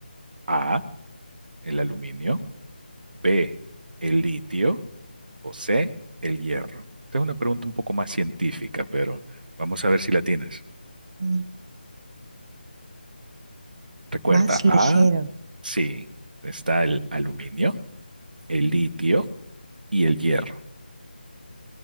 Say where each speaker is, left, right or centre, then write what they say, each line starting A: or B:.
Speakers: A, on the right; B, on the right.
A: A, el aluminio, B, el litio. o C, el hierro? Esta es una pregunta un poco más científica, pero vamos a ver si la tienes.
B: Mm,
A: Recuerda,
B: Más ligero.
A: A, sí, está el aluminio, el litio y el hierro.